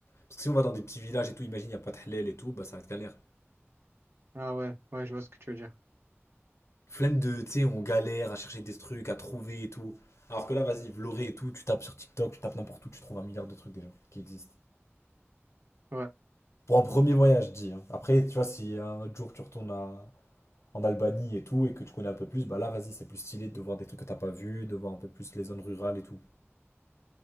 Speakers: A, on the left (about 80°); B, on the right (about 60°).
A: Parce que si on va dans des petits villages et tout, imagine, il n'y a pas de halal et tout, bah ça va être galère.
B: Ah ouais, ouais, je vois ce que tu veux dire.
A: Flemme de, tu sais, on galère à chercher des trucs, à trouver et tout. Alors que là, vas-y, Vloré et tout, tu tapes sur TikTok, tu tapes n'importe où, tu trouves un milliard de trucs déjà qui existent.
B: Ouais.
A: Pour un premier voyage, je dis. hein. Après, tu vois, si un autre jour tu retournes à- en Albanie et tout, et que tu connais un peu plus, bah là, vas-y, c'est plus stylé de voir des trucs que t'as pas vu, de voir un peu plus les zones rurales et tout.